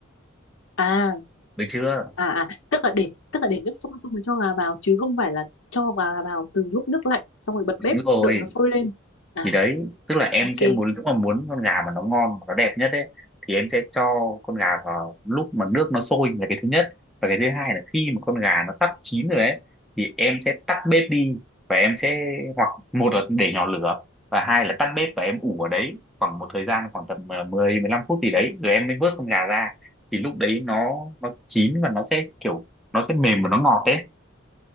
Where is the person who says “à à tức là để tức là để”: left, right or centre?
Left